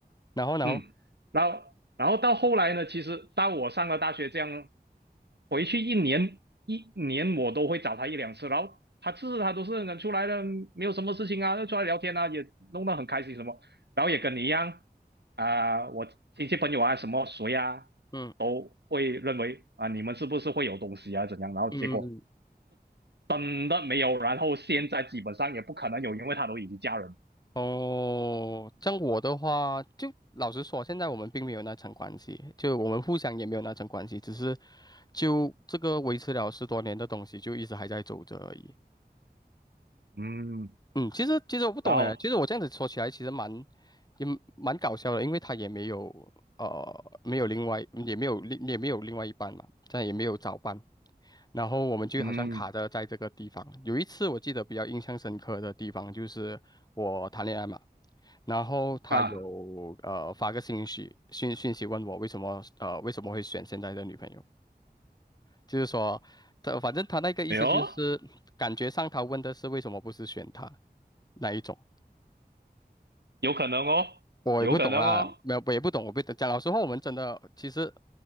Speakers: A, on the left; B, on the right.
A: 然后然后
B: 嗯，然后然后到后来呢，其实到我上了大学，这样回去一年一年我都会找他一两次，然后他次次他都是能出来的，没有什么事情啊，就出来聊天啊，也弄得很开心什么，然后也跟你一样啊、我亲戚朋友啊什么谁啊
A: 嗯
B: 都会认为啊、你们是不是会有东西啊怎样，然后结果
A: 嗯嗯。嗯
B: 真的没有，然后现在基本上也不可能有，因为他都已经嫁人，
A: 哦，像我的话，就老实说，现在我们并没有那层关系，就我们互相也没有那层关系，只是就这个维持了十多年的东西，就一直还在走着而已。
B: 嗯，
A: 嗯，其实其实我不懂哎，
B: 然后
A: 其实我这样子说起来，其实蛮也蛮搞笑的，因为他也没有呃没有另外也没有另也没有另外一半嘛，这样也没有早班，然后我们就好像卡着在这个地方。
B: 嗯
A: 有一次我记得比较印象深刻的地方就是我谈恋爱嘛。然后他有呃发个信息讯讯息问我为什么呃为什么会选现在的女朋友，
B: 啊，
A: 就是说他反正他那个意思就是感觉上他问的是为什么不是选他
B: 哎呦。
A: 那一种，
B: 有可能哦，
A: 我也不懂啦，
B: 有可能哦，
A: 没有，我也不懂，我不懂。讲老实话，我们真的其实